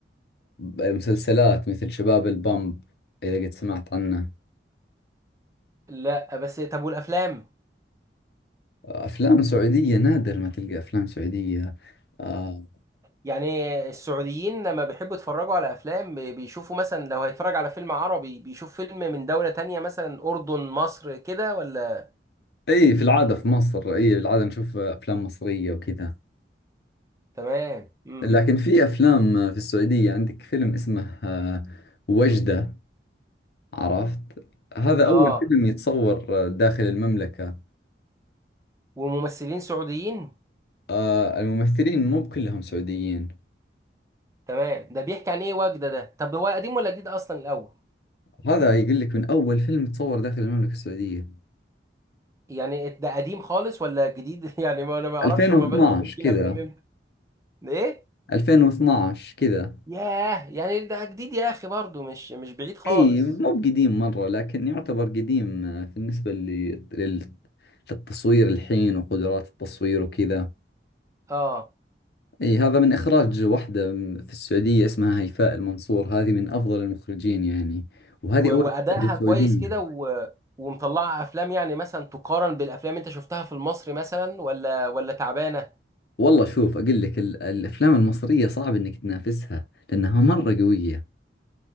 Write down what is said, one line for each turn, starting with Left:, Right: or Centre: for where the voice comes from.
Left: مسلسلات مثل شباب البامب إذا قد سمعت عنه
Right: لا بس طب والافلام
Left: أفلام سعودية نادر ما تلقى أفلام سعودية آه،
Right: يعني السعوديين لما بيحبوا يتفرجوا على افلام بي- بيشوفوا مثلا لو هيتفرج على فيلم عربي بيشوف فيلم من دوله تانية مثلا اردن مصر كده ولا
Left: إي في العادة في مصر إي في العادة نشوف أفلام مصرية وكذا
Right: تمام امم
Left: لكن في افلام في السعوديه عندك فيلم اسمه آه، وجده عرفت هذا
Right: اه
Left: اول فيلم يتصور آه، داخل المملكه
Right: وممثلين سعوديين
Left: آه، الممثلين مو كلهم سعوديين
Right: تمام ده بيحكي عن ايه وجدة ده طب هو قديم ولا جديد اصلا الاول
Left: هذا يقول لك من اول فيلم تصور داخل المملكه السعوديه
Right: يعني ده قديم خالص ولا جديد <laughs> يعني ما انا ما اعرفش
Left: 2012
Right: هما بدأوا تمثيل
Left: كذا
Right: افلام امتى ده ايه
Left: 2012 كذا
Right: ياه يعني ده جديد يا اخي برضه مش مش بعيد خالص
Left: اي مو بقديم مره لكن يعتبر قديم آه، بالنسبه لل- لل- للتصوير الحين وقدرات التصوير وكذا
Right: اه
Left: اي هذا من اخراج واحدة م- في السعودية اسمها هيفاء المنصور هذه من افضل المخرجين يعني وهذه
Right: و... وادائها
Left: اول مخرجة
Right: كويس
Left: سعودية
Right: كده و... ومطلعه افلام يعني مثلا تقارن بالافلام اللي انت شفتها في المصري مثلا ولا ولا تعبانه
Left: والله شوف اقول لك ال- الافلام المصرية صعب انك تنافسها لانها مرة قوية